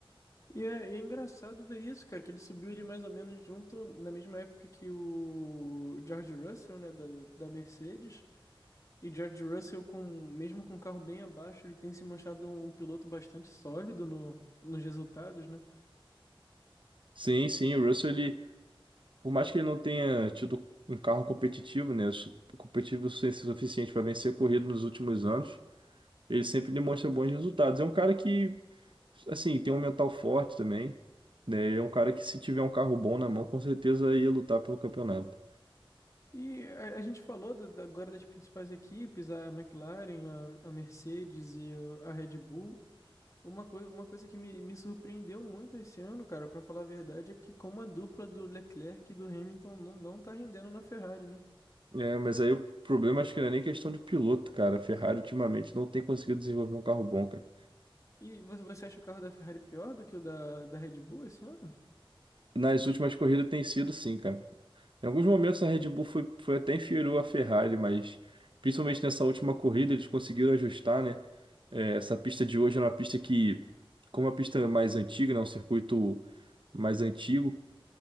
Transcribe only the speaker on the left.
E é, e é engraçado ver isso, cara, que ele subiu ali mais ou menos junto, na mesma época que o George Russell, né, da, da Mercedes. E George Russell, com, mesmo com o carro bem abaixo, ele tem se mostrado um, um piloto bastante sólido no, nos resultados, né?
E a, a gente falou da- da- agora das principais equipes, a McLaren, a, a Mercedes e o- a Red Bull. Uma, coi uma coisa que me, me surpreendeu muito esse ano, cara, pra falar a verdade, é que como a dupla do Leclerc e do Hamilton não, não tá rendendo na Ferrari, né?
E vo- você acha o carro da Ferrari pior do que o da, da Red Bull esse ano?